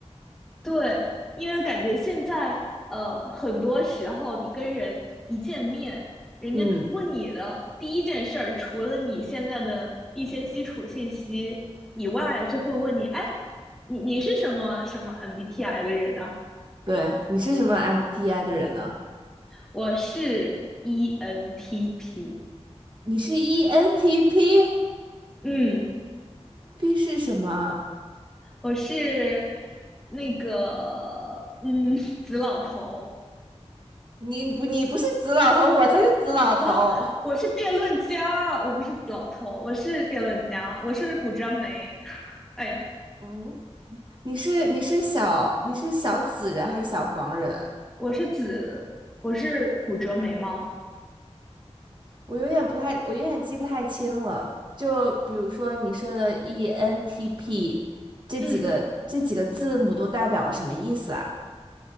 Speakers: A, in the centre; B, on the right (about 45°).
A: 对，因为感觉现在呃，很多时候你跟人一见面，人家问你的第一件事儿，
B: 嗯，
A: 除了你现在的一些基础信息以外，就会问你，哎，你你是什么什么 MBTI 的人呢、
B: 对，你是什么 m B t i 的人呢？
A: 我是 ENTP，
B: 你是 ENTP？ENTP
A: 嗯，
B: 是什么？
A: 我是那个嗯 <laughs> 紫老头，
B: 你不，你不是紫老头，我才是紫老头。
A: 啊，我是辩论家，我不是老头，我是辩论家，我是骨折眉。<laughs> 哎呀，
B: <laughs> 嗯，你是你是小你是小紫人还是小黄人？
A: 我是子，我是骨折眉毛。
B: 我有点不太，我有点记不太清了。就比如说你说的 ENTP 这几个这几个字母都代表了什么意思啊？
A: 嗯，